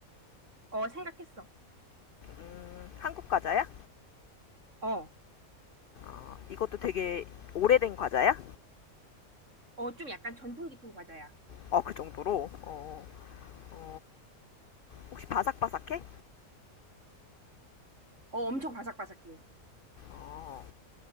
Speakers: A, on the right; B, on the left.
A: 어, 생각했어.
B: 음, 한국 과자야?
A: 어,
B: 어, 이것도 되게 오래된 과자야?
A: 어, 좀 약간 전통 깊은 과자야.
B: 어, 그 정도로. 어, 어, 혹시 바삭바삭해?
A: 어, 엄청 바삭바삭해.
B: 어,